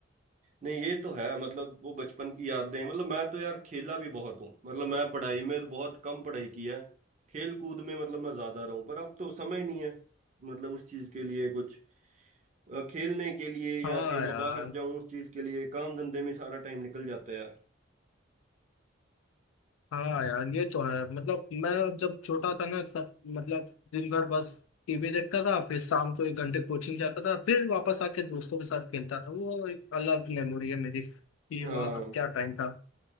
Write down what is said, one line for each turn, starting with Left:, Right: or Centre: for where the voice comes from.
Right: नहीं ये तो है मतलब वो बचपन की यादें मतलब मैं तो यार खेला भी बहुत हूँ मतलब मैं पढ़ाई में बहुत कम पढ़ाई की है खेल कूद में मतलब मैं ज्यादा रहा हूँ पर अब तो समय नहीं है मतलब उस चीज के लिए कुछ अ, खेलने के लिए या
Left: हाँ
Right: कहीं मैं
Left: यार
Right: बाहर जाऊं उस चीज के लिए काम धंधे में सारा टाइम निकल जाता है यार
Left: हाँ यार ये तो है मतलब मैं जब छोटा था ना तब मतलब दिन भर बस टीवी देखता था फिर शाम को एक घंटे कोचिंग जाता था फिर वापस आके दोस्तों के साथ खेलता था वो एक अलग मेमोरी है मेरी कि
Right: हाँ
Left: वहाँ अब क्या टाइम था